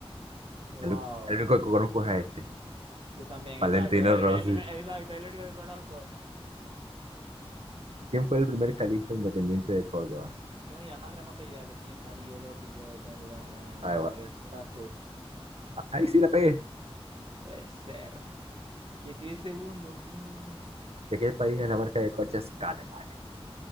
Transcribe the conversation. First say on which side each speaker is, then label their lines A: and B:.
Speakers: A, on the right; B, on the right.
A: Wow.
B: El, el único que conozco es a este.
A: Yo también,
B: Valentino
A: exacto. es
B: Rossi.
A: el- el- exacto, es el único que conozco.
B: ¿Quién fue el primer califa independiente de Córdoba?
A: No tengo ni la más remota idea de ti, Marie Doping, güey. ta, ta, ta,
B: Ah, bueno.
A: ¿Qué vas tú? No
B: Ah, Ahí sí la pegué.
A: puede ser. Y tiene segundos, no.
B: ¿De qué país es la marca de coches Cadillac?